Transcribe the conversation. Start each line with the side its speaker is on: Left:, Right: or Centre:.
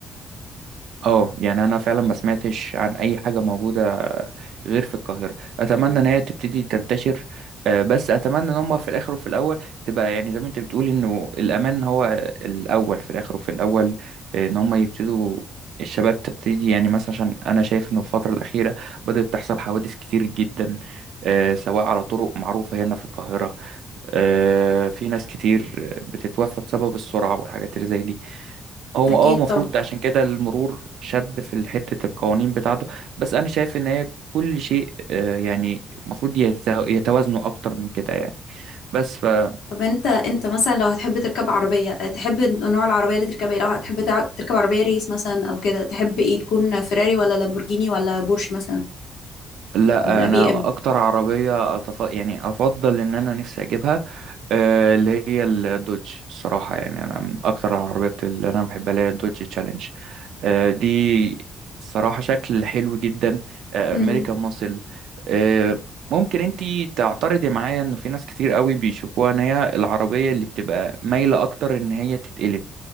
Right: اه يعني انا فعلا ما سمعتش عن اي حاجه موجوده غير في القاهره اتمنى
Left: مم.
Right: ان هي تبتدي تنتشر آه، بس اتمنى ان هم في الاخر وفي الاول تبقى يعني زي ما انت بتقول انه الامان هو الاول في الاخر وفي الاول آه، ان هم يبتدوا الشباب تبتدي يعني مثلا عشان انا شايف انه في الفتره الاخيره بدات تحصل حوادث كتير جدا آه، سواء على طرق معروفه هنا في القاهره آه، في ناس كتير بتتوفى بسبب السرعه والحاجات اللي زي دي هو
Left: اكيد
Right: اه المفروض
Left: طبعا
Right: عشان كده المرور شد في حتة القوانين بتاعته بس انا شايف ان هي كل شيء آه، يعني المفروض يت- يتوازنوا اكتر من كده يعني بس فلا
Left: طب انت انت مثلا لو هتحب تركب عربيه آه، تحب نوع العربيه اللي تركبها ايه لو هتحب تع- تركب عربيه ريس مثلا او كده تحب ايه تكون فيراري ولا لامبورجيني ولا بورش مثلا
Right: انا
Left: ولا بي ام
Right: اكتر عربية أتف... يعني افضل ان انا نفسي اجيبها آه، اللي هي الدوج الصراحة يعني أنا من أكتر العربيات اللي أنا بحبها اللي هي الدوج تشالنج آه، دي صراحة شكل حلو جدا آه،
Left: مم.
Right: أمريكان ماسل آه، ممكن انتي تعترضي معايا انه في ناس كتير قوي بيشوفوها ان هي العربية اللي بتبقى مايلة اكتر ان هي تتقلب